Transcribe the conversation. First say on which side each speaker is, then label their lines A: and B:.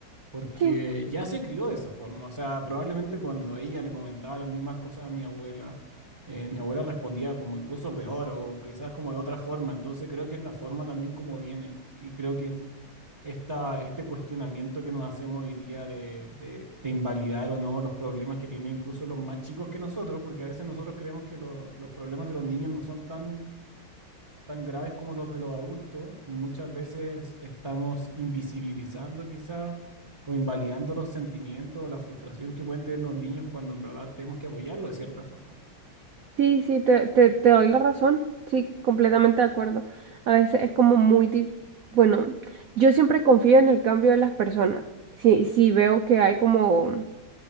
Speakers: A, on the right; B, on the right.
A: porque
B: sí,
A: ya se crió de esa forma. O sea, probablemente cuando ella le comentaba las mismas cosas a mi abuela, eh, mi abuela respondía como incluso peor o quizás como de otra forma. Entonces creo que es la forma también como viene. Y creo que esta, este cuestionamiento que nos hacemos hoy día de, de- de invalidar o no los problemas que tienen incluso los más chicos que nosotros, porque a veces nosotros creemos que lo- los problemas de los niños no son tan tan graves como los de los adultos, muchas veces estamos invisibilizando quizá o invalidando los sentimientos o la frustración que pueden tener los niños cuando en verdad tenemos que apoyarlos de cierta forma.
B: sí, sí, te, te, te doy la razón. Sí, completamente de acuerdo. A veces es como muy dif- Bueno, yo siempre confío en el cambio de las personas. Si, si veo que hay como,